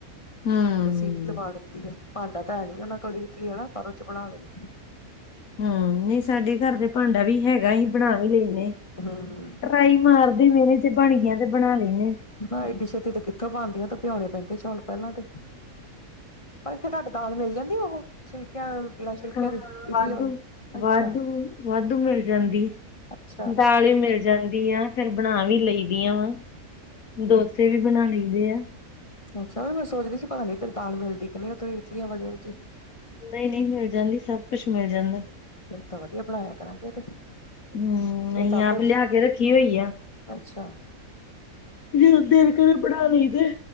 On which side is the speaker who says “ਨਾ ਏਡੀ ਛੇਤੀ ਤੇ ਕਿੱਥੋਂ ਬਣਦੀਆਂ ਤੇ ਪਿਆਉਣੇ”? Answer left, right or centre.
Left